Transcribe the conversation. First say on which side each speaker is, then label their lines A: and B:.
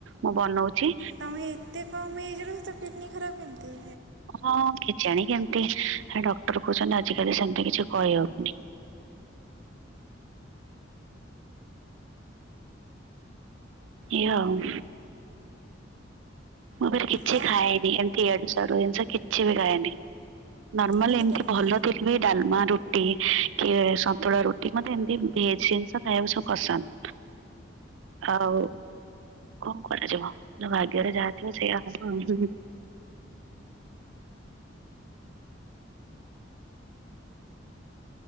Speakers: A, on the right; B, on the right.
A: ମୁଁ ବନଉଚି।
B: ତମେ ଏତେ କମ୍ ଏଜରୁ ତା କିଡନୀ ଖରାପ୍ କେମତି?
A: ହଁ କିଜାଣି କେମତି ଡକ୍ଟର କହୁଛନ୍ତି ଆଜିକାଲି ସେମତି କିଛି କହିହବନି। ଏଆ ଉ। ମୁଁ ଫେରେ ରେ କିଛି
B: ଆଉ
A: ଖାଏନି ଏମିତି ୟାଡୁ ସ୍ୟାଡୁ ଜିନିଷ କିଛି ବି ଖାଏନି। ନର୍ମାଲ
B: ଏମିତି
A: ଏମତି
B: କେତେ
A: ଭଲ ଫିର୍ ବି ଡାଲମା ରୁଟି କି ସନ୍ତୁଳା ରୁଟି ମତେ ଏମତି ଭେଜ୍ ଜିନିଷ ଖାଇବାକୁ ସବୁ ପସନ୍ଦ୍। ଆଉ କଣ କରାଯିବ? ତା ଭାଗ୍ୟରେ ଯାହା ଥିବ ସେଇଆ ହବ ଆଉ। <unintelligible>